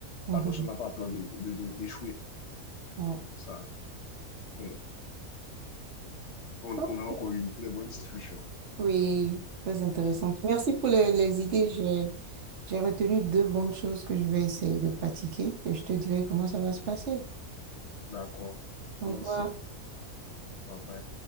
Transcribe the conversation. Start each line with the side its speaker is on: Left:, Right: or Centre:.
Right: Mhm.
Left: La personne n'a pas peur de, de, de- d'échouer.
Right: ouais.
Left: C'est ça. hein. Oui. On,
Right: Ok.
Left: on a encore eu une très bonne discussion.
Right: Oui, très intéressante. Merci pour les, les idées. J'ai, j'ai retenu deux bonnes choses que je vais essayer de pratiquer et je te dirai comment ça va se passer.
Left: D'accord.
Right: Au
Left: Merci.
Right: revoir.
Left: Bye bye.